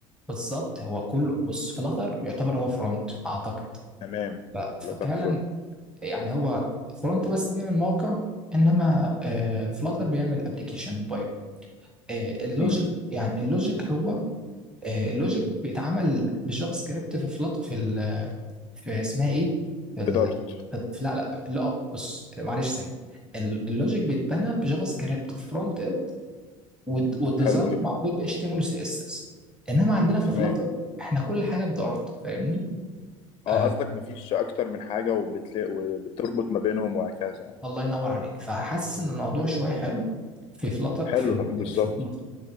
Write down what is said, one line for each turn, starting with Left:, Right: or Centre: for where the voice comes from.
Centre: بالظبط هو كله بص فلاتر يعتبر هو فرونت اعتقد
Left: تمام
Centre: ف- ففعلا
Left: فلاتر فرونت
Centre: يعني هو فرونت بس بيعمل موقع انما فلاتر بيعمل ابلكيشن موبايل آه، اللوجيك
Left: امم
Centre: يعني اللوجيك هو آه، اللوجيك بيتعمل بجافا سكريبت في فلات في, ال... في اسمها ايه في, ال...
Left: في دارت
Centre: في لا لا لا أب- بص معلش ثاني ال- اللوجيك بيتبنى بجافا سكريبت في فرونت اند والد- والديزاين
Left: حلو جدا
Centre: موجود ب HTML و CSS انما عندنا في
Left: تمام
Centre: فلاتر احنا كل حاجه بدارت فاهمني آه،
Left: اه قصدك مفيش اكتر من حاجة وبتلاقي وبتربط ما بينهم وهكذا يعني
Centre: الله ينور عليك فحاسس ان الموضوع شويه حلو في فلاتر
Left: حلو
Centre: في
Left: بالظبط
Centre: في فلاتر